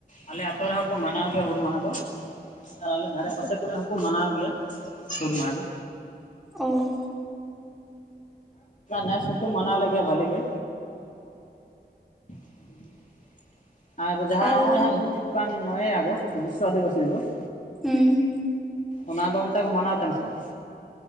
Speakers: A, on the left (about 45°); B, in the centre.
A: ᱟᱞᱮ ᱟᱛᱳ ᱨᱮᱦᱚᱸ ᱠᱚ ᱢᱟᱱᱟᱣ ᱜᱮᱭᱟ ᱦᱩᱞ ᱢᱟᱦᱟ ᱫᱚ᱾ ᱟᱨ ᱟᱞᱮ ᱫᱷᱟᱨᱮ ᱯᱟᱥᱮ ᱠᱚᱨᱮ ᱦᱚᱸᱠᱚ ᱢᱟᱱᱟᱣ ᱜᱮᱭᱟ ᱦᱩᱞ ᱢᱟᱦᱟ ᱫᱚ᱾
B: ᱚ
A: ᱱᱮᱥ ᱦᱚᱸᱠᱚ ᱢᱟᱱᱟᱣ ᱞᱮᱫ ᱜᱮᱭᱟ ᱵᱷᱟᱹᱞᱤ ᱜᱮ᱾ <inaudible> ᱟᱨ ᱡᱟᱸᱦᱟᱸ
B: ᱟᱞᱮ
A: ᱱᱚᱜᱼᱚᱭ ᱦᱟᱸᱜ ᱦᱤᱡᱩᱜ ᱠᱟᱱ ᱱᱚᱜ-ᱚᱭ ᱦᱟᱸ ᱦᱤᱡᱩᱜ ᱠᱟᱱ ᱱᱚᱭᱮ ᱟᱜᱚᱥᱴ ᱵᱤᱥᱥᱚ ᱟᱹᱫᱤᱵᱟᱟᱹᱥᱤ ᱫᱤᱵᱚᱥ᱾
B: ᱦᱩᱸ
A: ᱚᱱᱟ ᱫᱚ ᱚᱱᱛᱮ ᱠᱚ ᱢᱟᱱᱟᱣ ᱛᱟᱦᱮᱱᱟ ᱥᱮ ᱵᱟᱝ᱾